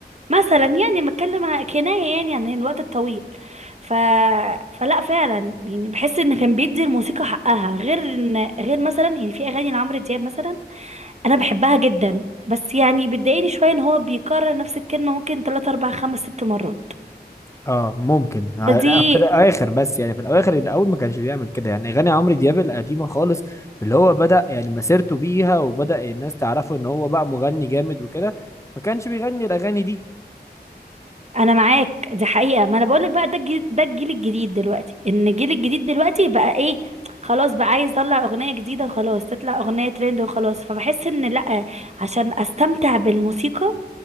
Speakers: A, on the right; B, on the left.
A: مثلا يعني بتكلم كناية يعني عن الوقت الطويل ف... فلا فعلا يعني بحس ان كان بيدي الموسيقى حقها غير ان غير مثلا يعني في اغاني لعمرو دياب مثلا انا بحبها جدا بس يعني بتضايقني شوية ان هو بيكرر نفس الكلمة ممكن 3 4 5 6 مرات
B: اه ممكن آه،
A: فدي
B: لا، في الاخر بس يعني في الاواخر الاول ما كانش بيعمل كده يعني اغاني عمرو دياب القديمة خالص اللي هو بدأ يعني مسيرته بيها وبدأ الناس تعرفه ان هو بقى مغني جامد وكده ما كانش بيغني الاغاني دي
A: انا معاك دي حقيقة ما انا بقولك بقى ده الجي- ده الجيل الجديد دلوقتي ان الجيل الجديد دلوقتي بقى ايه خلاص بقى عايز يطلع اغنية جديدة وخلاص تطلع اغنية ترند وخلاص فبحس ان لا عشان استمتع بالموسيقى